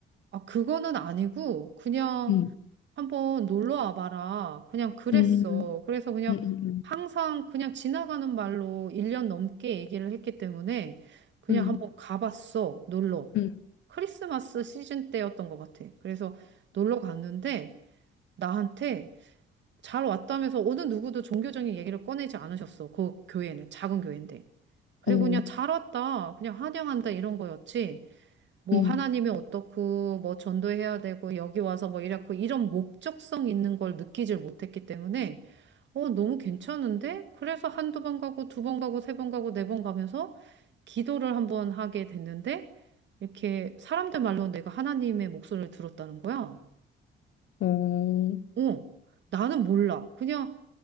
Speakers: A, on the right; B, on the left.
A: 아, 그거는 아니고 그냥
B: 음,
A: 한번 놀러 와봐라. 그냥 그랬어.
B: 음,
A: 그래서 그냥
B: 음, 음, 음.
A: 항상 그냥 지나가는 말로 1년 넘게 얘기를 했기 때문에 그냥
B: 음.
A: 한번 가봤어. 놀러.
B: 음.
A: 크리스마스 시즌 때였던 것 같아. 그래서 놀러 갔는데 나한테 잘 왔다면서 어느 누구도 종교적인 얘기를 꺼내지 않으셨어. 그 교회는 작은 교회인데. 그리고
B: 어,
A: 그냥 잘 왔다. 그냥 환영한다. 이런 거였지. 뭐
B: 음,
A: 하나님이 어떻고 뭐 전도해야 되고 여기 와서 뭐 이렇고 이런 목적성 있는 걸 느끼질 못했기 때문에 어 너무 괜찮은데? 그래서 한두 번 가고 두 번 가고 세 번 가고 네 번 가면서 기도를 한번 하게 됐는데 이렇게 사람들 말로 내가 하나님의 목소리를 들었다는 거야.
B: 어,
A: 어, 나는 몰라. 그냥